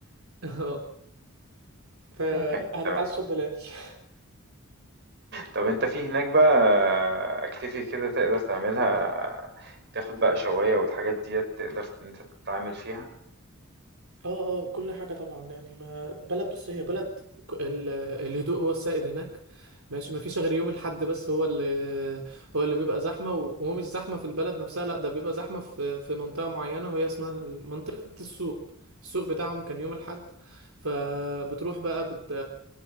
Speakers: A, on the right; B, on the right.
A: اه فهنتعشى
B: تمام، تمام.
A: ببلاش <laughs> <laughs>
B: طب أنت في هناك بقى activity كده تقدر تعملها، تاخد بقى شواية والحاجات ديّة تقدر إن أنت تتعامل فيها؟
A: اه اه كل حاجة طبعا يعني ما بلد بص هي بلد ك- ال- الهدوء هو السائد هناك ماشي ما فيش غير يوم الحد بس هو اللي هو اللي بيبقى زحمة و- وهو مش زحمة في البلد نفسها لا ده بيبقى زحمة في في منطقة معينة وهي اسمها منطقة السوق السوق بتاعهم كان يوم الحد فبتروح بقى بت